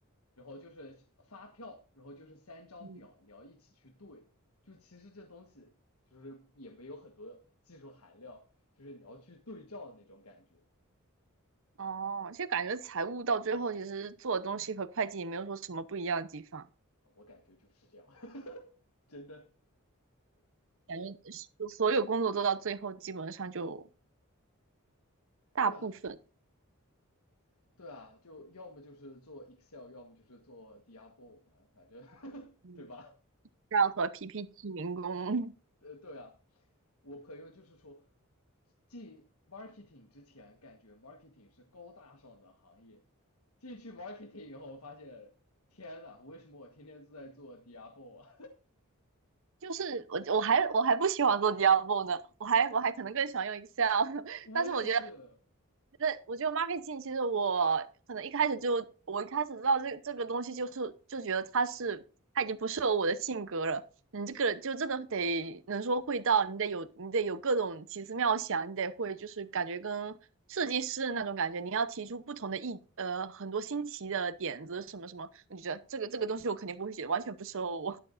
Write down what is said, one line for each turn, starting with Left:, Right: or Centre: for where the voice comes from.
Left: 然后就是发票，然后就是三张表，
Right: 嗯，
Left: 你要一起去对。就其实这东西就是也没有很多技术含量，就是你要去对照的那种感觉。
Right: 哦，其实感觉财务到最后其实做的东西和会计也没有说什么不一样的地方，
Left: 啊，我感觉就是这样，<laughs> 真的。
Right: 感觉所所有工作做到最后基本上就大部分
Left: 对啊，对啊，就要么就是做 Excel，要么就是做 Diablo 嘛，反正 <laughs>
Right: 嗯，
Left: 对吧？
Right: 要和 PPT 民工
Left: 呃，对啊，我朋友就是说，进 marketing 之前感觉 marketing 是高大上的行业，进去 marketing 以后发现，天呐，为什么我天天都在做 Diablo 啊？
Right: 就是我我还我还不喜欢做 Diablo 呢，我还我还可能更喜欢用 Excel，
Left: <laughs>
Right: <laughs>
Left: 我也是，
Right: 但是我觉得。那我觉得 marketing 其实我可能一开始就我一开始知道这这个东西就是就觉得它是它已经不适合我的性格了。你这个就真的得能说会道，你得有你得有各种奇思妙想，你得会就是感觉跟设计师的那种感觉，你要提出不同的意呃很多新奇的点子什么什么，我就觉得这个这个东西我肯定不会写，完全不适合我。